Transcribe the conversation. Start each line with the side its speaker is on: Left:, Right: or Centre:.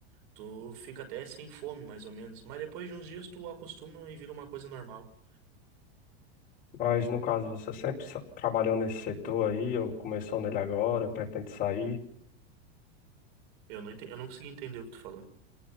Right: Tu fica até sem fome, mais ou menos. Mas depois de uns dias tu acostuma e vira uma coisa normal.
Left: Mas no caso, você sempre sa- trabalhou nesse setor aí, ou começou nele agora, pretende sair?
Right: Eu não, ente- eu não consegui entender o que tu falou.